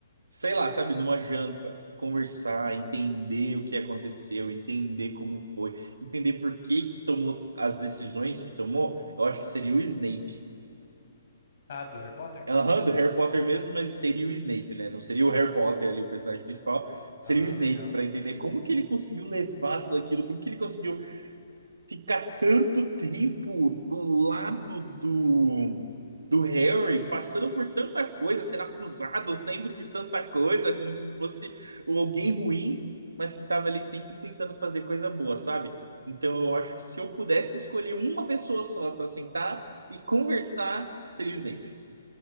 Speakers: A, on the right; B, on the left.
A: sei lá, sabe, numa janta, conversar, entender o que aconteceu, entender como foi, entender por que que tomou as decisões que tomou, eu acho que seria o Snape.
B: Ah, do Harry Potter?
A: Aham, do Harry Potter mesmo, mas seria o Snape, né? Não seria o Harry Potter ali, o personagem principal, seria
B: Ah,
A: o Snape,
B: legal.
A: para entender como que ele conseguiu levar tudo aquilo, como que ele conseguiu ficar tanto tempo do lado do, do Harry, passando por tanta coisa, sendo acusado sempre de tanta coisa, como se fosse alguém ruim, mas que estava ali sempre tentando fazer coisa boa, sabe? Então eu acho que se eu pudesse escolher uma pessoa só para sentar e conversar, seria o Snape.